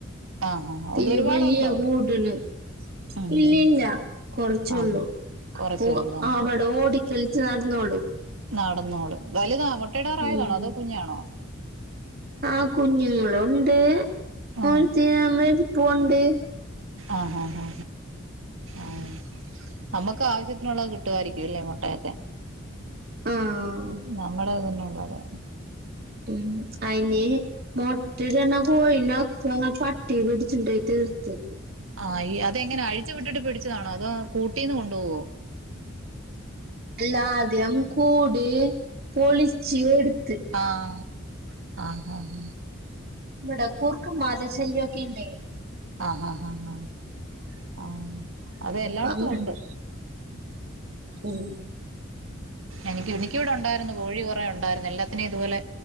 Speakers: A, on the right (about 80°); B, on the right (about 50°).
A: ആ ആ
B: തിരു
A: അത് ഒരുപാടുണ്ടോ
B: വലിയ കൂട്ട്ണ്
A: ഉം, ഉം,
B: ഇല്ലല്ല
A: ഉം.
B: കൊറച്ചുള്ളൂ
A: ആഹ് കൊറച്ചേ
B: അപ്പൊ
A: ഉള്ളൂ അങ്ങനെ
B: അവിടെ ഓടിക്കൽ ചേർന്നോടും
A: നടന്നോളു വലുതാ മുട്ടടാറ ആയതാണോ
B: ഉം
A: അതോ കുഞ്ഞാണോ?
B: ആ കുഞ്ഞുങ്ങളുണ്ട് <unintelligible>
A: ആഹ്
B: എരിപ്പുണ്ട്
A: ആഹ് ആ ആഹ് നമുക്ക് ആവശ്യത്തിനുള്ളത് കിട്ടുമായിരിക്കുംല്ലേ മുട്ടയൊക്കെ
B: ആഹ
A: നമ്മുടെതന്നുള്ളത്
B: ഉം അയിനി മുട്ട തന്ന കോഴ ഒക്ക പട്ടി പിടിച്ചുണ്ടയി തീർത്ത്
A: ആഈ അതെങ്ങനെ അഴിച്ചു വിട്ടിട്ട് പിടിച്ചാണോ അതോ കൂട്ടീ നിന്ന് കൊഡോവോ
B: എല്ലാധം കൂട് പൊളിച്ച് എടു
A: ആഹ ആഹ ആഹ
B: ഇവിട കൂർക്കും മാതശന്യ ഒക്കെ ഉഡേ
A: ആഹഹാ ഹാ ഹാ ആ അത എല്ലായിടത്തും
B: അപ്പൊ അങ്ങനെ
A: ഉണ്ട്
B: ഉം
A: എനിക്ക് എനിക്ക്വിടെ ഉണ്ടായിരുന്നു കോഴി കുറെ ഉണ്ടായിരുന്നു എല്ലാത്തിനും ഇതുപോലെ